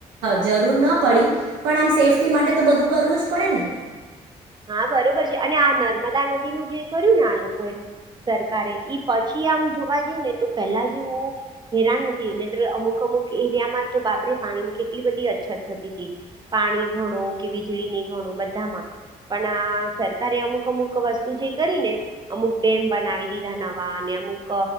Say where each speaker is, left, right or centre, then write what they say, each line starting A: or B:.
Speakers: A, on the right; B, on the right.
A: જ જરૂર ના પડી પણ આમ સેફ્ટી માટે તો બધું કરવું જ પડે ને.
B: હા બરોબર છે, અને આ નર્મદા નદીનું જે કર્યું ને આ લોકો એ સરકારે ઈ પછી આમ જોવા જઈ ને તો પેલા જેવું હેરાન નથીને અમુક અમુક એરિયામાં તો બાપરે પાણી ની કેટલી બધી અછત થતી હતી પાણી ઘણો કે વીજળી ની ઘણું બધામાં પણ સરકારે અમુક અમુક વસ્તુ જે કરીને અમુક ડેમ બનાવી દીધા નવા અમુક